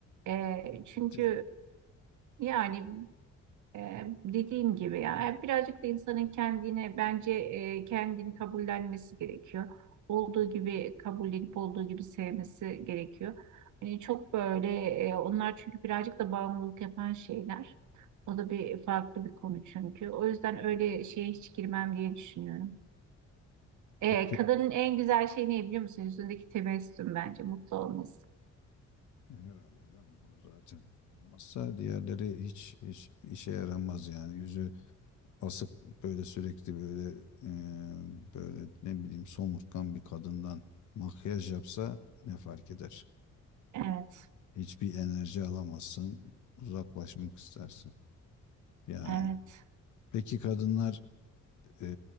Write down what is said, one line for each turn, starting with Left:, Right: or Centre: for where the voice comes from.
Right: E, çünkü
Left: Evet.
Right: e, yani ee, dediğim gibi ya e, birazcık da insanın kendine bence e, kendini kabullenmesi gerekiyor. Olduğu gibi kabullenip olduğu gibi sevmesi gerekiyor. Hani çok böyle e, onlar çünkü birazcık da bağımlılık yapan şeyler. O da bir farklı bir konu çünkü. O yüzden öyle şeye hiç girmem diye düşünüyorum. Ee,
Left: E,
Right: kadının en güzel şeyi ne biliyor musun? Yüzündeki tebessüm bence mutlu olması.
Left: Herhalde canım, o zaten olmazsa diğerleri hiç, hiç işe yaramaz yani yüzü asık böyle sürekli böyle e, böyle ne bileyim somurtkan bir kadından makyaj yapsa ne fark eder?
Right: Evet,
Left: Hiçbir enerji alamazsın, uzaklaşmak istersin yani.
Right: evet.
Left: Peki kadınlar e,